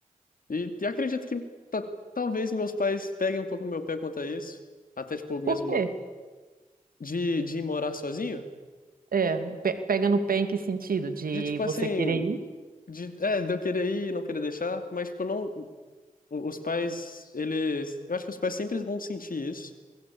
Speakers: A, on the left (about 75°); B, on the right (about 85°).
A: E, e acredito que ta- talvez meus pais peguem um pouco no meu pé quanto a isso. Até, tipo, mesmo
B: por quê?
A: de, de ir morar sozinho.
B: É, pe- pega no pé em que sentido? De
A: De, tipo,
B: você
A: assim,
B: querer ir?
A: de, é, de eu querer ir e não querer deixar. Mas, tipo, não, o- os pais, eles, eu acho que os pais sempre vão sentir isso.